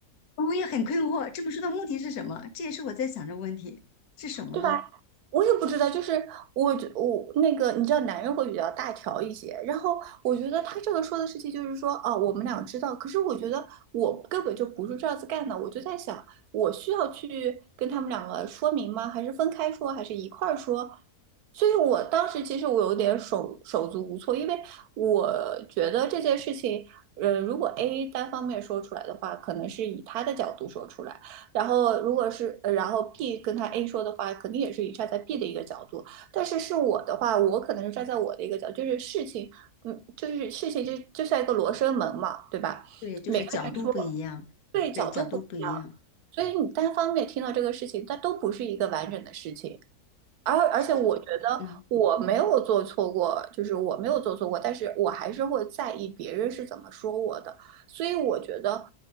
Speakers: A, on the left; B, on the right.
A: 我们也很困惑，这本书的目的是什么？这也是我在想这个问题，是什么呢？
B: 对吧？我也不知道，就是我觉我那个，你知道，男人会比较大条一些。然后我觉得他这个说的事情就是说，哦，我们俩知道，可是我觉得我根本就不是这样子干的。我就在想，我需要去跟他们两个说明吗？还是分开说，还是一块儿说？所以我当时其实我有点手手足无措，因为我觉得这件事情，呃，如果 A 单方面说出来的话，可能是以他的角度说出来。然后如果是，呃然后 B 跟他 A 说的话，肯定也是以站在 B 的一个角度，但是是我的话，我可能是站在我的一个角度就是事情，嗯，就是事情就就像一个罗生门嘛，对吧？
A: 对，就是角度不一样，
B: 每个人说对角度不一样，
A: 对，角度不一样，
B: 所以你单方面听到这个事情，它都不是一个完整的事情。而而且我觉得我没有做错过，
A: 所以就，嗯，
B: 就是我没有做错过，但是我还是会在意别人是怎么说我的。所以我觉得，